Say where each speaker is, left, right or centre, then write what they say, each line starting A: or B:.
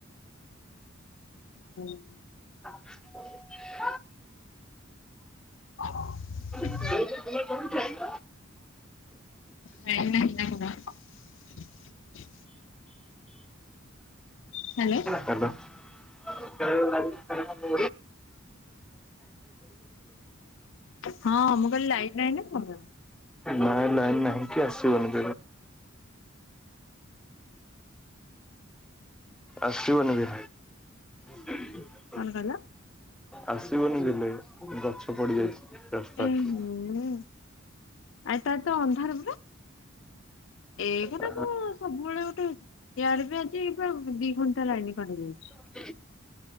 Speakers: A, on the left; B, in the centre.
A: <inaudible>
B: <inaudible>
A: <inaudible>
B: <inaudible>
A: ନାହଁ, ନାହଁ, ନାହିଁ। ହ୍ୟାଲୋ।
B: ହାଲୋ। ଖ ଲାଗ ହାଲୋ।
A: ହଁ ମୁଁ କହିଲି ଲାଇଟ ନାହିଁ ନା କଣ?
B: ନାଇଁ ନାଇନ ନାହିଁକି ଆସିବନି ଆସିବନି ବି <inaudible>
A: କଣ କହିଲ?
B: ଆସିବନି ବଲେ ଗଛ ପଡିଯାଇଛି ରାସ୍ତାରେ
A: ଏଇ ହୁଁ ଆଉ ତା ହେଲେ ଅନ୍ଧାର <inaudible> ଏଇ କଥା
B: ଆ
A: ମୁ ସବୁବେଳେ ଗୋଟେ ହେଇଛି ୟଆଡେ ବି ଆଜି ପୁରା ଦି ଘଣ୍ଟା ଲାଇନ କାଟି ଯାଇଛି।
B: <inaudible>